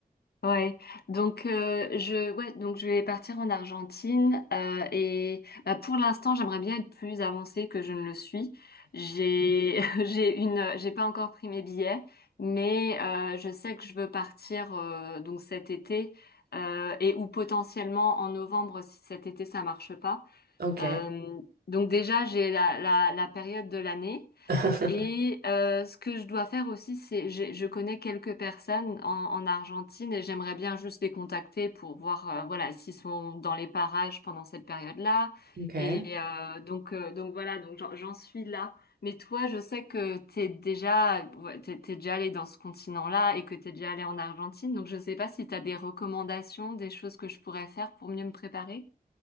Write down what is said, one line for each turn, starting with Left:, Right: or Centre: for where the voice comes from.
Left: Ouais, donc euh, je ouais donc je vais partir en Argentine euh, et bah, pour l'instant j'aimerais bien être plus avancée que je ne le suis. J'ai <laughs> j'ai une euh, j'ai pas encore pris mes billets mais euh, je sais que je veux partir euh, donc cet été euh, et ou potentiellement en novembre si cet été ça marche pas.
Right: Ok,
Left: Euh, donc déjà j'ai la la la période de l'année.
Right: <laughs>
Left: Et euh, ce que je dois faire aussi, c'est je, je connais quelques personnes en, en Argentine et j'aimerais bien juste les contacter pour voir euh, voilà s'ils sont dans les parages pendant cette période-là.
Right: ok.
Left: Et euh, donc euh, donc voilà donc j'en j'en suis là. Mais toi, je sais que t'es déjà ouais, t'es, t'es déjà allé dans ce continent-là et que t'es déjà allé en Argentine. Donc je sais pas si t'as des recommandations, des choses que je pourrais faire pour mieux me préparer.